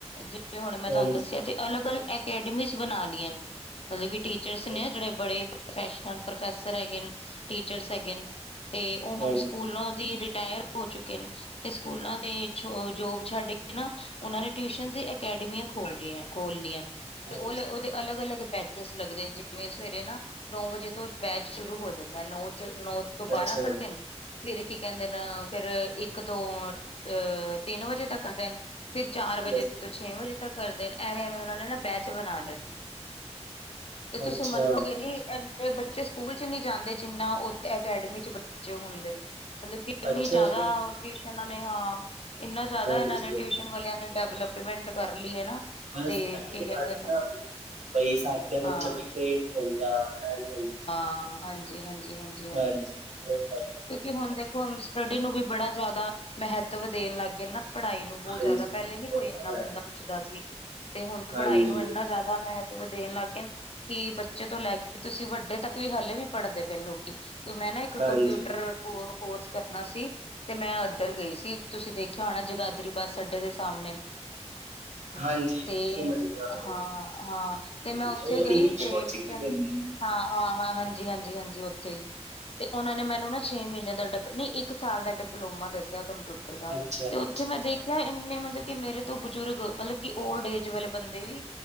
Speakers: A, on the left (about 55°); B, on the right (about 80°).
A: ਜਿਵੇ ਹੁਣ ਮੈਂ
B: ਹਾਂਜੀ,
A: ਤੁਹਾਨੂੰ ਦੱਸਿਆ ਤੇ ਅਲੱਗ-ਅਲੱਗ ਅਕੈਡਮੀਜ਼ ਬਣਾ ਲਈਆਂ, ਮਤਲਬ ਕਿ ਟੀਚਰਸ
B: ਹਾਂਜੀ,
A: ਨੇ ਜਿਹੜੇ ਬੜੇ ਪ੍ਰੋਫੈਸ਼ਨਲ ਪ੍ਰੋਫੈਸਰ ਹੈਗੇ ਨੇ, ਟੀਚਰਸ ਹੈਗੇ ਨੇ। ਤੇ ਉਹ ਹੁਣ
B: ਹਾਂਜੀ,
A: ਸਕੂਲਾਂ ਦੀ ਰਿਟਾਇਰ ਹੋ ਚੁੱਕੇ ਨੇ ਤੇ ਸਕੂਲਾਂ ਦੇ। ਜੋਬ ਛੱਡ ਕੇ ਨਾ, ਉਨ੍ਹਾਂ ਨੇ ਟਿਊਸ਼ਨ ਦੀਆ‌ ਅਕੈਡਮੀਆਂ ਖੋਲ ਰੀ ਖੋਲ ਲਿਆ ਨੇ।
B: ਹਾਂਜੀ।
A: ਤੇ ਉਹ ਉਹਦੇ ਅਲੱਗ-ਅਲੱਗ ਬੈਚ <unintelligible> ਲੱਗਦੇ ਜਿਵੇਂ ਸਵੇਰੇ ਨਾ ਨੌ ਵਜੇ ਤੋਂ ਬੈਚ ਸ਼ੁਰੂ ਹੋ ਜਾਂਦੇ ਨੌ ਚ ਨੌ ਤੋਂ ਬਾਰਾਂ
B: ਅੱਛਾ,
A: ਕਰਦੇ ਨੇ, ਫਿਰ ਕੀ ਕਹਿੰਦੇ ਨੇ ਫੇਰ ਇੱਕ ਤੋਂ ਅ ਤਿੰਨ ਵਜੇ ਤੱਕ ਕਰਦੇ ਨੇ, ਫਿਰ ਚਾਰ ਵੱਜੇ
B: ਹਾਂਜੀ,
A: ਛੇ ਵਜੇ ਤੱਕ ਕਰਦੇ ਐਵੇਂ-ਐਵੇਂ, ਉਹਨਾਂ ਨੇ ਨਾ ਬੈਚ ਬਣਾ ਲਿਆ। ਤੇ ਤੁਸੀਂ
B: ਅੱਛਾ,
A: ਮੰਨੌਗੇ ਨੀ ਬੱਚੇ ਸਕੂਲ ਚ ਨਹੀਂ ਜਾਂਦੇ ਜਿੰਨਾ ਉਹ ਅਕੈਡਮੀ ਚ ਬੱਚੇ ਹੁੰਦੇ ਨੇ, ਮਤਲਬ ਕਿ। ਇੰਨੀ
B: ਅੱਛਾ
A: ਜ਼ਿਆਦਾ
B: ਜੀ,
A: ਟਿਊਸ਼ਨਾਂ ਨੇ ਹਾਂ, ਇੰਨਾ ਜ਼ਿਆਦਾ
B: ਹਾਂਜੀ।
A: ਇਹਨਾਂ ਨੇ ਟਿਊਸ਼ਨ਼। ਵਾਲਿਆਂ ਨੇ ਡਿਵਲੈਪਮੈਂਟ ਕਰ ਲਈ ਏ ਨਾ।
B: ਬਸ ਇਹ
A: ਕੀ
B: ਤੇ ਕਰ
A: ਕਹਿੰਦੇ ਨੇ
B: ਨਾ ਬਈ, ਸਾਡਾ
A: ਹਾਂ
B: ਬੱਚਾ ਕੋਈ ਫੇਲ ਨੀ ਹੁੰਦਾ ਐ ਨੀ ਹੁੰਦਾ।
A: ਹਾਂ, ਹਾਂਜੀ- ਹਾਂਜੀ -ਹਾਂਜੀ।
B: ਹਾਂਜੀ, ਹੋਰ।
A: ਕਿਉਂਕਿ ਹੁਣ ਦੇਖੋ ਹੁਨ ਸਟੱਡੀ ਨੂੰ ਵੀ ਬੜਾ ਜਿਆਦਾ ਮਹਤਵ ਦੇਣ ਲੱਗ ਗਏ ਨਾ। ਪੜ੍ਹਾਈ ਨੂੰ ਬੌਤ
B: ਹਾਂਜੀ
A: ਜ਼ਿਆਦਾ, ਪੈਲੇ ਨੀ ਕੋਈ
B: ਉਹ
A: ਏਨਾ
B: ਤਾਂ ਹੈ
A: ਬੰਦਾ ਪੁੱਛਦਾ ਸੀ। ਤੇ ਹੁਣ
B: ਹਾਂਜੀ
A: ਪੜ੍ਹਾਈ ਨੂੰ ਏਨਾ ਜ਼ਿਆਦਾ ਮਹੱਤ ਦੇਣ ਲੱਗ ਗੇਨ ਕਿ ਬੱਚੇ ਤੋਂ ਲੈ ਕੇ, ਤੁਸੀਂ ਵੱਡੇ ਤੱਕ ਵੀ ਹਲੇ ਵੀ ਪੜ੍ਹਦੇ ਪਏ ਲੋਕੀ। ਮੈਂ ਨਾ ਏਕ
B: ਹਾਂਜੀ
A: ਕੰਪਿਊਟਰ ਕੋ, ਕੋਰਸ ਕਰਨਾ ਸੀ। ਤੇ ਮੈਂ ਏਧਰ ਗਈ ਸੀ ਤੁਸੀਂ ਦੇਖਿਆ ਹੋਣਾ ਏ ਜਗਾਦਰੀ ਬੱਸ ਅੱਡੇ ਦੇ ਸਾਹਮਣੇ।
B: ਹਾਂਜੀ
A: ਤੇ
B: ਸਮਝ ਗਿਆ ਉਹ
A: ਹਾਂ, ਹਾਂ ਤੇ
B: ਹਾਂਜੀ
A: ਮੈਂ ਓਥੇ
B: ਉਹ
A: ਗਈ
B: ਇੰਗਲਿਸ਼
A: ਤੇ
B: ਕੋਚਿੰਗ
A: ਕੀ ਕੈਣ
B: ਵੀ ਦਿੰਦੇ ਨੇ
A: ਹਾਂ, ਹਾਂ, ਹਾਂ- ਹਾਂਜੀ, ਹਾਂਜੀ, ਹਾਂਜੀ ਓਥੇ ਈ। ਤੇ ਓਨਾਂ ਨੇ ਮੈਨੂੰ ਨਾ ਛੇ ਮੀਨੇ ਦਾ ਡਿਪ ਨਈ ਇੱਕ ਸਾਲ ਦਾ ਡਿਪਲੋਮਾ ਦੱਸਿਆ ਕੰਪਿਊਟਰ ਦਾ
B: ਅੱਛਾ
A: ਤੇ ਓਥੇ
B: ਅੱਛਾ
A: ਮੈਂ ਦੇ ਖਿਆ ਏਨੇ ਮਤਬ ਕੀ ਮੇਰੇ ਤੋਂ ਬਜ਼ੁਰਗ ਮਲਬ ਕੀ ਓਲਡ ਏਜ ਵਾਲੇ ਬੰਦੇ ਵੀ